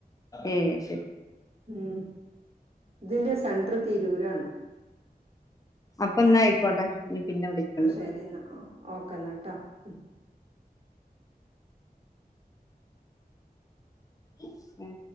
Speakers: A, on the left; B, on the right.
A: ഏഹ് ശരി
B: ഉം ഇതിന്റെ സെന്റർ തീരൂരാണ്
A: അപ്പൊന്ന ആയിക്കോട്ടെ ഇനി പിന്നെ വിളിക്കണ്ട്
B: ആ ശരി എന്നാ ഓ ഓക്ക എന്നാട്ടോ ഉം
A: ഉം